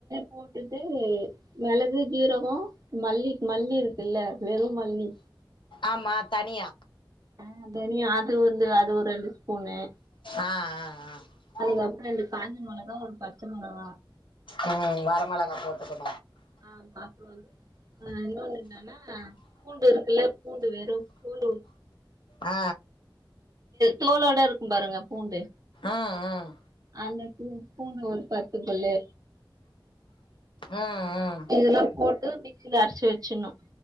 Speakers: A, on the right; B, on the left.
A: போட்டுட்டு மிளகு சீரகம் மல்லிக்கு மல்லி இருக்குல்ல வெறும்மல்லி
B: ஆமா தனியா
A: அ தனியா அது வந்து அது ஒரு ரெண்டு ஸ்பூன்னு
B: ஆ ஆ ஆ
A: அதுக்கப்பறம் ரெண்டு காஞ்ச மிளக ஒரு பச்சை மிளக
B: ம் வரமிளக போட்டுக்கன்னும்
A: ஆ <unintelligible> இன்னொண்ணு என்னனா பூண்டு இருக்குல்ல பூண்டு வெறும் பூண்டு
B: ஆ
A: தோளோடா இருக்கும் பாருங்க பூண்டு
B: ம் ம் ம்
A: அந்த பூ பூண்டு ஒரு பத்து பல்லு
B: ம் ம்
A: இதெல்லாம் போட்டு மிக்சியில அரைச்சு வச்சணும்